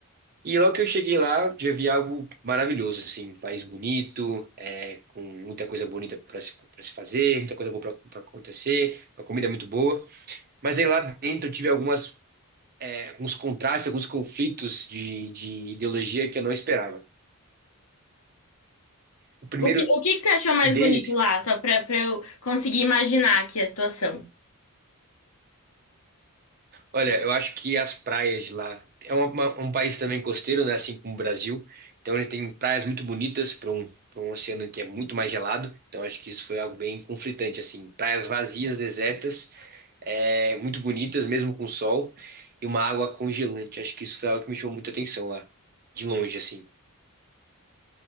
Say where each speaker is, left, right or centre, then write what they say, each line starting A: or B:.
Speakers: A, on the right; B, on the left.
A: E logo que eu cheguei lá, já vi algo maravilhoso, assim, um país bonito, é, com muita coisa bonita para se, pra se fazer, muita coisa boa para acontecer, uma comida muito boa. Mas aí lá dentro eu tive algumas, é, alguns contrastes, alguns conflitos de, de ideologia que eu não esperava. O primeiro
B: O que, o que que você achou mais
A: deles
B: bonito lá? Só pra, pra eu conseguir imaginar aqui a situação.
A: Olha, eu acho que as praias de lá é uma- uma- um país também costeiro, né? Assim como o Brasil. Então ele tem praias muito bonitas para um, para um oceano que é muito mais gelado. Então acho que isso foi algo bem conflitante, assim. Praias vazias, desertas, é, muito bonitas, mesmo com sol, e uma água congelante. Acho que isso foi algo que me chamou muita atenção lá, de longe, assim.